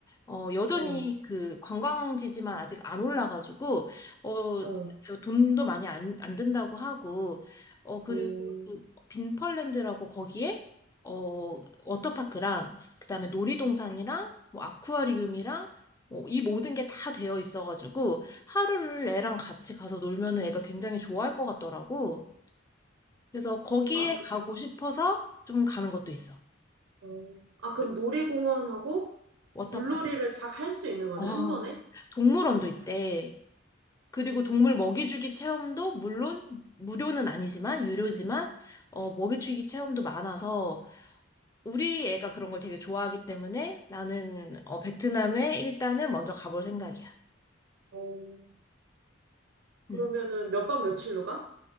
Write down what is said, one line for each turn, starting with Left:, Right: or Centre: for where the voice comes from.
Left: 어, 여전히
Right: 응,
Left: 그 관광지지만 아직 안 올라가지고, 어,
Right: 응.
Left: 돈도 많이 안, 안 든다고 하고, 어, 그리고
Right: 응.
Left: 그 빈펄랜드라고 거기에, 어, 워터파크랑, 그다음에 놀이동산이랑, 뭐, 아쿠아리움이랑, 어, 이 모든 게 다 되어 있어가지고, 하루를 애랑 같이 가서 놀면은 애가 굉장히 좋아할 것 같더라고. 그래서 거기에
Right: 아,
Left: 가고 싶어서 좀 가는 것도 있어.
Right: 어. 아, 그럼 놀이공원하고
Left: 워터파크.
Right: 물놀이를 다 할 수 있는 거네,
Left: 어,
Right: 한 번에?
Left: 동물원도 있대. 그리고 동물 먹이주기 체험도 물론 무료는 아니지만 유료지만 어, 먹이주기 체험도 많아서 우리 애가 그런 걸 되게 좋아하기 때문에 나는 어, 베트남에 일단은 먼저 가볼 생각이야.
Right: 어. 그러면은
Left: 음.
Right: 몇 박 며칠로 가?